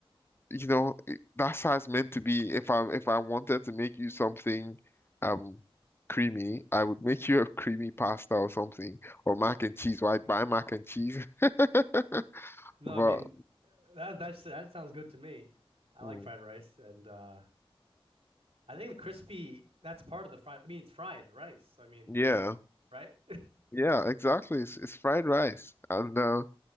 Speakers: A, on the left; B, on the right.
A: you know, it- that's how it's meant to be. If I if I wanted to make you something um creamy, I would make you a creamy pasta or something, or mac and cheese. Why buy mac and cheese? <laughs>
B: No,
A: But
B: I mean that that's that sounds good to me. I
A: mm,
B: like fried rice and uh I think the crispy that's part of the fried I mean it's fried rice. I mean,
A: yeah,
B: right?
A: yeah, exactly. It's it's fried rice, and uh,